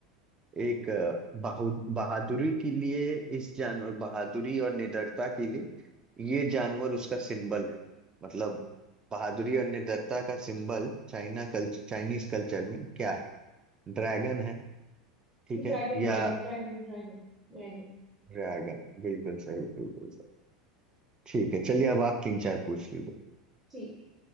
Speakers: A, on the right; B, in the centre.
A: एक अ, बहु बहादुरी के लिए इस जानवर बहादुरी और निडरता के लिए ये जानवर उसका सिंबल है मतलब बहादुरी और निडरता का symbol China culture Chinese culture में क्या है ड्रैगन है ठीक
B: Dragon
A: है या
B: dragon dragon dragon dragon
A: ड्रैगन बिल्कुल सही बिल्कुल सही ठीक है चलिए अब आप तीन चार पूछ लीजिए
B: ठीक है।